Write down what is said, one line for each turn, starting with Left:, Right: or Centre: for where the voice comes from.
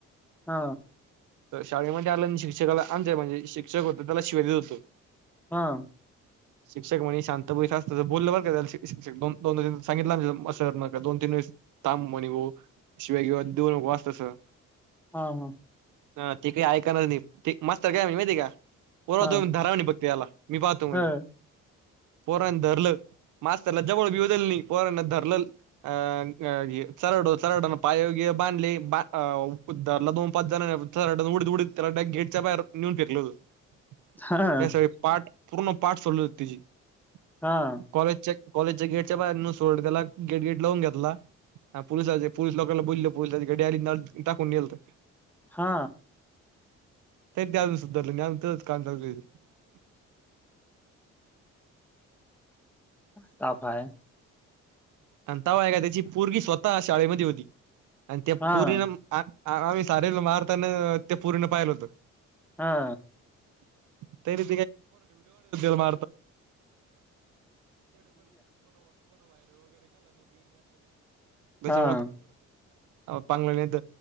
Centre: हा
Right: तर शाळेमध्ये आलं शिक्षकाला अ म्हणजे शिक्षक होतं त्याला शिव्या देत होतो
Centre: हा
Right: शिक्षक म्हणजे शांतपण असतं बोललं बर का शिक्ष दोन सांगितलं असं न दोन तीन वेस तांब म्हणे ग शिव्या किंवा दे न वा असतसं
Centre: हा हा
Right: ह ठिक हाय ऐकायला लागलंय, मस्तर काय म्हणतं माहित आहे का पोरोनो
Centre: हा
Right: धरा म्हणी फक्त याला मी पाहतो म्हणे.
Centre: हा
Right: <inaudible> <unintelligible>
Centre: हां
Right: पूर्ण पाठ सोलेल. <unintelligible>
Centre: हां
Right: कॉलेज च्या कॉलेजच्याचे गेट. त्याच्या बाहेरनु सोड त्याला गेट गेट लावून घेतला पुोलिसाचे पोलिस लोकांला बोलले पोलिसची गाडी आली टाकून नेलत.
Centre: हा.
Right: <unintelligible>
Centre: <unintelligible>
Right: <unintelligible> आहे का त्याची पोरगी स्वतः शाळेमध्ये होती <unintelligible> ह
Centre: हां,
Right: आम्ही सारेला मारताना ते पूर्ण पाहिलं होतं.
Centre: हा.
Right: <unintelligible> <unintelligible> वगैरे. <unintelligible> <inaudible> नाहीर
Centre: हां,
Right: पांग नाही त